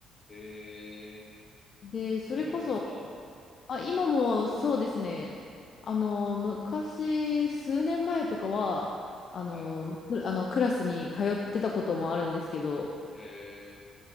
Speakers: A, on the left; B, on the left.
A: えー、
B: で、それこそ、
A: 今もっすか
B: あ、今もそうですね、あの、昔、数年前とかは、あの、
A: はい。
B: くあのクラスに通ってたこともあるんですけど、
A: えー